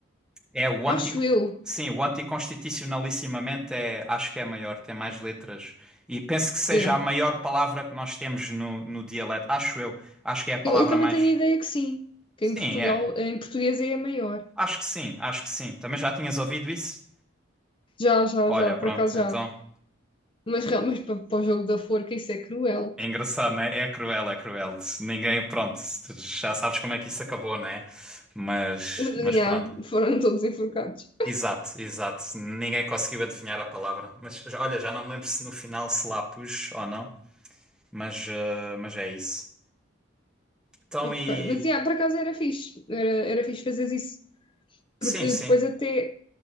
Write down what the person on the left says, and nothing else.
Acho
eu.
Yeah.
Eu, eu também
tenho a ideia que sim. Que
em Portugal,
em português é a maior.
Já, já,
já,
por acaso já.
Mas, real- mas para, para o jogo da forca isso é cruel.
<laughs> Yeah,
foram todos enforcados.
Ok,
mas yeah, por acaso era fixe, era, era fixe fazer isso,
porque
depois até